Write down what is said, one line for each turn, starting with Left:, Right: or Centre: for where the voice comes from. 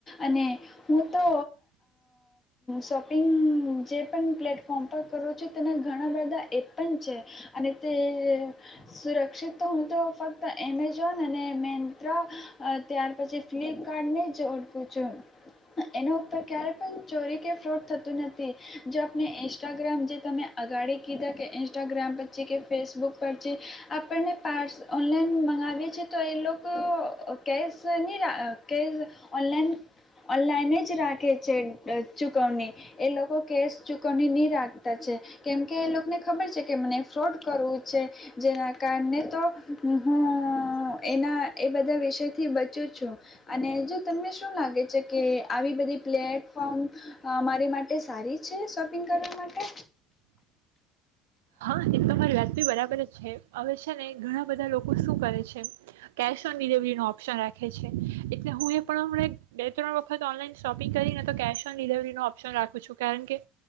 Left: અને હું તો શોપિંગ જે પણ પ્લેટફોર્મ પર કરું છું તેને. ઘણા બધા એપ પણ છે અને તે સુરક્ષિત તો હું તો ફક્ત એમેઝોન અને મેંત્રા. તે હાડપી ફ્લીક. કારડને ઓું છું એના ઉપર ક્યારે પણ ચોરી કે ફ્રોડ થતું નથી જો આપને ઇન્સ્ટાગ્રામ જે તમે. અગાડી કીધા કે ઇન્સ્ટાગ્રામ પછી કે ફેસબુક પરછ આપણને પાર્સ ઓનલાઈન મંગાવીએ છે તો એ લોકો કેશ નહીં કેશ ઓનલાઈન ઓનલાઈન જ રાખે છે ચૂકવણી એ લોકો કેશ ચૂકવણી નહીં રાખતા છે. કેમકે એ લોકોને ખબર છે કે મને ફ્રોડ કરવું છે જેના કારણે તો હું. એના એ બધા વિષયથી બ. છું અને જો તમને શું લાગે છે કે આવી બધી. પ્લેટફોર્મ. મારી માટે સારી છે શોપિંગ કરવા માટે.
Right: હા એક તોરી વાત બી બરાબર જ છે હવે છે ને ઘણા બધા લોકો શું કરે છે કેશ. િલવરી ન ઓપ્શન રાખે છે. હું એ પણ હમં બે ત્રણ વખત ઓનલાઈન શોપિંગ કરીને તો કેશ ઓન ડિલવરીનો ઓપ્શન રાખું છું કારણ કે